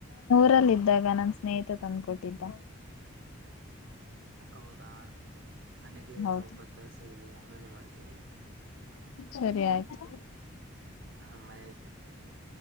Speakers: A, on the left; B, on the right.
A: ರಲ್ಲ ಇದ್ದಾಗ ನನ್ ಸ್ನೇಹಿತ ತಂದ್ಕೊಟ್ಟಿದ್ದ
B: ಹೌದಾ ನನಗೆ
A: ಹೌದು
B: ಸ್ವಲ್ಪ ಕೆಲ್ಸ ಇಧಿಯಾ ಆಮೇಲೆ ಮಾಡ್ತೀನಿ
A: ಸರಿ ಆಯ್ತು
B: ಹ್ಮ ಮನೇಲಿ ಕರೀತಾ ಇದಾರೆ